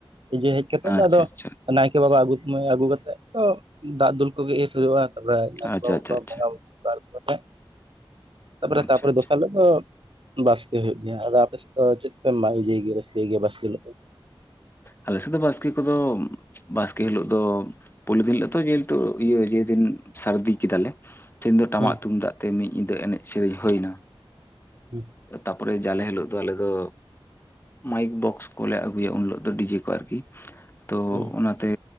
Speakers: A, on the right; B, on the left.
A: <unintelligible> ᱠᱮᱛᱮ
B: ᱟᱪᱪᱷᱟ
A: ᱫᱚ ᱟᱫᱚ
B: ᱟᱪᱪᱷᱟ
A: ᱱᱟᱭᱠᱮ ᱵᱟᱵᱟ ᱟᱹᱜᱩ <unintelligible> ᱟᱹᱜᱩ ᱠᱟᱛᱮ ᱫᱚ ᱫᱟᱜ ᱫᱩᱞ ᱠᱚᱜᱮ ᱮᱥ ᱦᱩᱭᱩᱜᱼᱟ <unintelligible>
B: ᱟᱪᱪᱷᱟ ᱟᱪᱪᱷᱟ ᱟᱪᱪᱷᱟ
A: ᱛᱟᱯᱚᱨᱮ
B: ᱟᱪᱪᱷᱟ
A: ᱛᱟᱯᱚᱨᱮ ᱫᱚᱥᱟᱨ ᱦᱤᱞᱚᱜ <unintelligible> ᱫᱚ ᱵᱟᱥᱠᱮ ᱦᱳᱭᱳᱜ ᱜᱮᱭᱟ ᱟᱫᱚ ᱟᱯᱮ ᱥᱮᱫ ᱫᱚ ᱪᱮᱫ ᱯᱮ ᱢᱟ ᱤᱭᱟᱹᱭ ᱜᱮᱭᱟ ᱨᱟᱹᱥᱠᱟᱹᱭ ᱜᱮᱭᱟ ᱵᱟᱥᱠᱮ ᱦᱤᱞᱳᱜ ᱫᱚ
B: ᱟᱞᱮ ᱥᱮᱫ ᱫᱚ ᱵᱟᱥᱠᱮ ᱠᱚᱫᱚ ᱵᱟᱥᱠᱮ ᱦᱤᱞᱳᱜ ᱫᱚ ᱯᱩᱭᱞᱳ ᱫᱤᱱ ᱦᱤᱞᱳᱜ ᱛᱚ ᱡᱮᱦᱮᱛᱩ ᱤᱭᱟᱹ ᱡᱮᱫᱤᱱ ᱥᱟᱨᱫᱤ ᱠᱮᱫᱟᱞᱮ ᱛᱮᱦᱮᱧ ᱫᱚ ᱴᱟᱢᱟᱜ
A: ᱦᱩᱸ
B: ᱛᱩᱢᱫᱟᱜ ᱛᱮ ᱢᱤᱫ ᱧᱤᱫᱟᱹ ᱮᱱᱮᱡ ᱥᱮᱨᱮᱧ ᱦᱳᱭᱱᱟ
A: ᱦᱩᱸ
B: ᱛᱟᱯᱚᱨᱮ ᱡᱟᱞᱮ ᱦᱤᱞᱳᱜ ᱫᱚ ᱟᱞᱮ ᱫᱚ ᱢᱟᱭᱤᱠ ᱵᱚᱠᱥ ᱠᱚᱞᱮ ᱟᱹᱜᱩᱭᱟ ᱩᱱ ᱦᱤᱞᱳᱜ ᱰᱤᱡᱮ ᱠᱚ ᱟᱨᱠᱤ ᱛᱚ
A: ᱦᱩᱸ
B: ᱚᱱᱟ ᱛᱮ